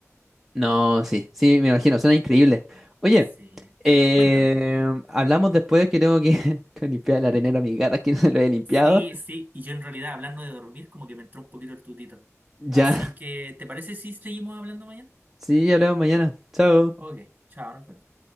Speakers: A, in the centre; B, on the right.
A: No, sí, sí, me imagino, suena increíble. Oye,
B: Sí,
A: eh,
B: cuéntame.
A: hablamos después que tengo que <laughs> limpiar el arenero a mi gata, que no se lo he limpiado.
B: Sí, sí, y yo en realidad hablando de dormir como que me entró un poquito el tutito.
A: Ya,
B: Así que, ¿te parece si seguimos hablando mañana?
A: sí, hablamos mañana. Chao.
B: Ok, chao, nos vemos.